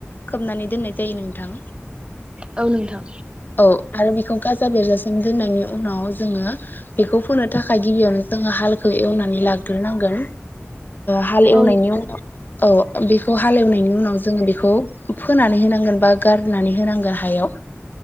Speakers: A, on the left; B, on the right.
A: खोबनानै दोननाय जायो नोंथां
B: औ नोंथां
A: औ आरो बेखौ गाजा बेरजासिम दोननायनि उनाव जोङो बेखौ फोनो थाखाय गिबियावनो जोङो हालखौ एवनानै लाग्रोनांगोन हाल एवनायनि
B: औ
A: उनाव औ बेखौ हालेवनायनि उनाव जोङो बेखौ फोनानै होनांगोन बा गारनानै होनांगोन हायाव